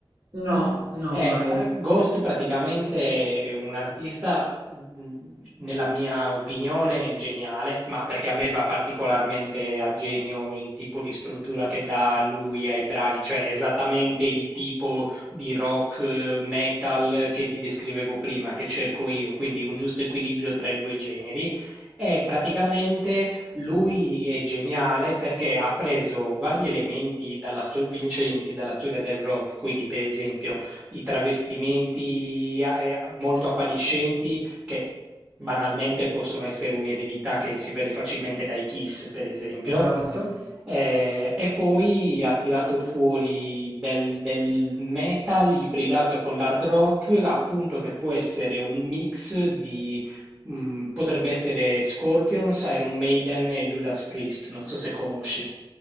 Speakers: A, on the right; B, on the right.
A: No, no,
B: Eh,
A: mai.
B: eh, Ghost praticamente è un artista, mh, nella mia opinione, geniale, ma perché a me va particolarmente a genio il tipo di struttura che dà lui ai brani, cioè esattamente il tipo di rock, eh, metal che ti descrivevo prima, che cerco io, quindi un giusto equilibrio tra i due generi. E praticamente lui è geniale perché ha preso vari elementi dalla sto- vincenti dalla storia del rock, quindi per esempio i travestimenti eh, molto appariscenti che Banalmente possono essere un'eredità che si vede facilmente dai Kiss, per esempio.
A: Esatto.
B: Eh, e poi ha tirato fuori del, del metal ibridato con l'hard rock, appunto che può essere un mix di, mh, potrebbe essere Scorpions, Iron Maiden e Judas Priest, non so se conosci.